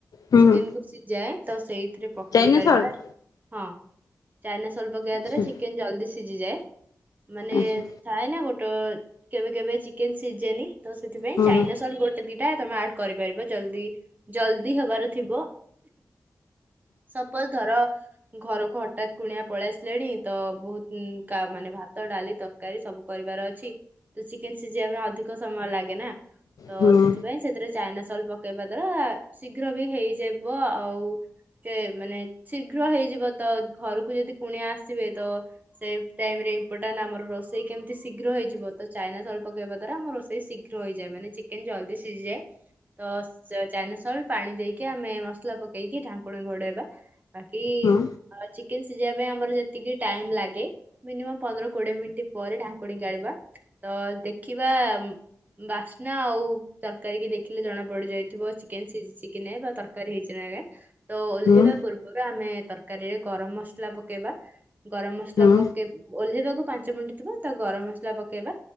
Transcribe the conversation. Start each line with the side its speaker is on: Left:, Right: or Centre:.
Left: ହୁଁ
Right: ଚିକେନ କୁ ସିଝାଏ। ତ ସେଇଥିରେ ପକେଇ
Left: ଚାଇନା
Right: ପାରିବା।
Left: ସଲ୍ଟ
Right: ହଁ ଚାଇନାସଲ୍ଟ ପକେଇବା
Left: ଆଚ୍ଛା
Right: ଦ୍ଵାରା ଚିକେନ ଜଲ୍ଦି ସିଝିଯାଏ। ମାନେ
Left: ଆଚ୍ଛା
Right: ଥାଏ ନା ଗୋଟେ କେବେ କେବେ ଚିକେନ ସିଜେନି ତ ସେଥିପାଇଁ
Left: ହୁଁ
Right: ଚାଇନା
Left: ହୁଁ
Right: ସଲ୍ଟ ଗୋ ଦିଟା ତମେ ଆଡ କରିପାରିବ। ଜଲଦି ଜଲଦି ହବାର ଥିବ। ସପୋଜ୍ ଧର ଘରକୁ ହଠାତ୍ କୁଣିଆ ପଳେଇ ଆସିଲେଣି। ତ ବହୁତ୍ ଉଁ କା ମାନେ ଭାତ, ଡାଲି, ତରକାରୀ ସବୁ କରିବାର ଅଛି। ତ ଚିକେନ୍ ସିଝିବା ପାଇଁ ଅଧିକ ସମୟ ଲାଗେ ନାଁ ତ
Left: ହୁଁ
Right: ସେଥିପାଇଁ ସେ ଥିରେ ଚାଇନା ସଲ୍ଟ ପକେଇବା ଦ୍ଵାରା ଶୀଘ୍ର ବି ହେଇଯିବ ଆଉ। ସେ ମାନେ ଶୀଘ୍ର ହେଇଯିବ ତ ଘରୁକୁ ଯେଦି କୁଣିଆ ଆସିବେ ତ ସେଇ ଟାଇମ୍ ରେ ଇମ୍ପୋର୍ଟାଣ୍ଟ ଆମର ରୋଷେଇ କେମିତି ଶୀଘ୍ର ହେଇଯିବ ତ ଚାଇନା ସଲ୍ଟ ପକେଇବା ଦ୍ଵାରା ଆମ ରୋଷେଇ ସି ଘ୍ର ହୋଇଯାଏ ମାନେ ଚିକେନ୍ ଜଲ୍ଦି ସିଝିଯାଏ। ତ ସ ଚାଇନା ସଲ୍ଟ ପାଣି ଦେଇକି ଆମେ ମସଲା ପକେଇକି ଢାଙ୍କୁଣୀ ଘୋଡେଇବା। ବାକି
Left: ହୁଁ
Right: ଆ ଚିକେନ୍ ସିଝିବା ପାଇଁ ଆମର ଯେ ଟିକେ ଟାଇମ୍ ଲାଗେ ମିନିମମ୍ ପନ୍ଦର କୋଡିଏ ମିନିଟ୍ ପରେ ଢାଙ୍କୁଣି କାଢ଼ିବା। ତ ଦେଖିବା ବାସ୍ନା ଆଉ ତରକାରୀ କି ଦେଖିଲେ ଜଣା ପଡି ଯାଇଥିବ ଚିକେନ୍ ସିଝିଛି କି ନାଇଁ ବା ତରକାରୀ ହେଇଛି ନାଁ ନାଇଁ। ତ ଓହ୍ଲେଇବା
Left: ହୁଁ
Right: ପୂର୍ବରୁ ଆମେ ତରକାରୀରେ ଗରମ ମସଲା ପକେଇବା। ଗରମ ମସଲା
Left: ହୁଁ
Right: ପକେଇ ଓହ୍ଲେଇବାକୁ ପାଞ୍ଚ ମିନିଟ୍ ଥିବା ତା ଗରମ ମସଲା ପକେଇବା।